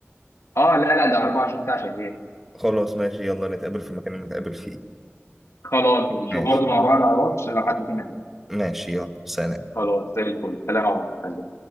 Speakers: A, on the left (about 80°); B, in the centre.
A: اه لا لا ده 24 ساعه شغال
B: خلاص ماشي يلا نتقابل في المكان اللي نتقابل فيه
A: خلاص ماشي
B: ماشي
A: وبرضه مع بعض على الواتس عشان لو حد فينا تاني
B: ماشي يلا سلام
A: خلاص زي الفل سلام يا عمر. سلام